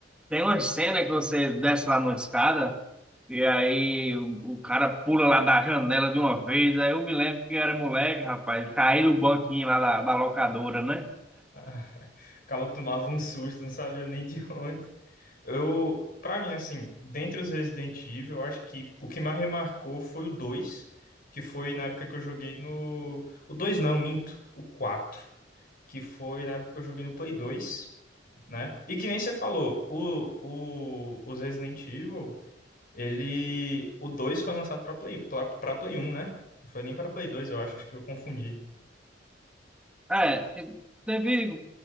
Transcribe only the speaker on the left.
<laughs> Acaba tomava um susto, não sabia nem de onde. Eu, para mim, assim, dentre os Resident Evil, eu acho que o que mais me marcou foi o 2 que foi na época que eu joguei no. O 2 não, minto. O 4 que foi na época que eu joguei no Play 2, né? E que nem você falou, o, o, os Resident Evil, ele. O 2 foi lançado pra Play, pra, pra Play 1, né? Não foi nem pra Play 2, eu acho, acho que eu confundi.